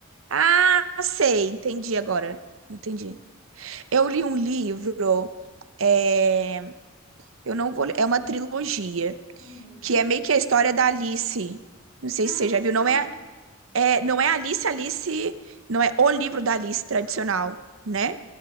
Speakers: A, on the right; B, on the left.
A: Ah, sei, entendi agora. Entendi.
B: Sim.
A: Eu li um livro, é, eu não vou, é uma trilogia,
B: Uhum.
A: que é meio que a história da Alice. Não sei se
B: Ah,
A: você já viu,
B: tá,
A: não é, é, não é Alice, Alice, não é o livro da Alice tradicional, né?